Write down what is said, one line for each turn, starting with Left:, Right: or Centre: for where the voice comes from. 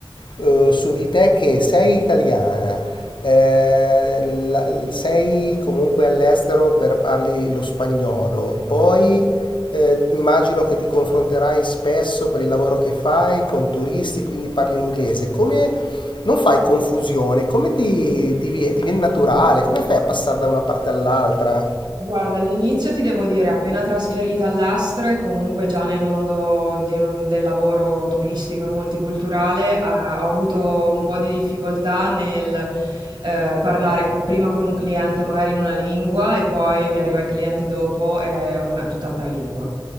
Left: eh, su di te che sei italiana, eh, la- sei comunque all'estero per parli lo spagnolo, poi eh, immagino che ti confronterai spesso per il lavoro che fai con turisti, quindi parli in inglese. Come non fai confusione? Come ti, ti vie- ti viene naturale? Come fai a passare da una parte all'altra?
Right: Guarda, all'inizio ti devo dire, appena trasferita all'Astro e comunque già nel mondo di un- del lavoro turistico e multiculturale, ah, ho avuto un po' di difficoltà nel eh, parlare co- prima con un cliente magari in una lingua e poi mi arriva il cliente dopo e una tutt'altra lingua.